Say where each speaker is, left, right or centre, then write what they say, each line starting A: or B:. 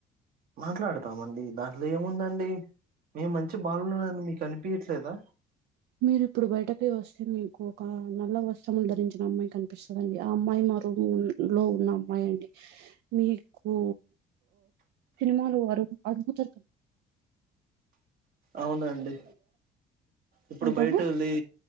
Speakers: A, on the right; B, on the right.
A: మాట్లాడతామండి దాంట్లో ఏముందండి మేము మంచి బాలుని మీకు అనిపి పిట్లేదా
B: మీరు ఇప్పుడు బయటకే వస్త మీకు ఒక నల్ల వస్త్రములు ధరించిన అమ్మాయి కనిపిస్తుందిండి ఆ అమ్మాయి మా రూమ్ లో ఉన్న అమ్మాయి డి మీకు సినిమాలు అరు అడుగుతారు క
A: అవునండి ఇప్పుడు
B: ఏంటండి
A: బయట వెళ్ళి